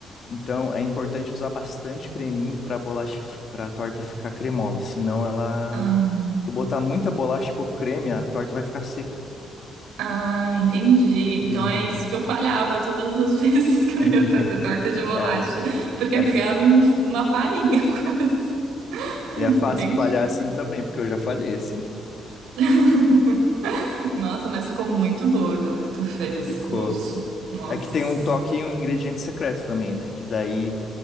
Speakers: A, on the left; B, on the right.
A: Então é importante usar bastante creminho para bolacha, para a torta ficar cremosa, senão ela.
B: Ah,
A: Se tu botar muita bolacha e pouco creme, a torta vai ficar seca.
B: ah, entendi. Então
A: Uhum.
B: é isso que eu falhava todas as <laughs> vezes que eu ia
A: <laughs>
B: fazer torta de bolacha,
A: É,
B: porque
A: é,
B: eu pegava
A: f-
B: um- uma farinha <laughs> quase.
A: e é fácil
B: Entendi.
A: falhar assim também, porque eu já falhei assim.
B: <laughs> Nossa, mas ficou muito boa aquela que tu fez.
A: Ficou.
B: Eu, su- nossa.
A: É que tem um toque e um ingrediente secreto também, né? Que daí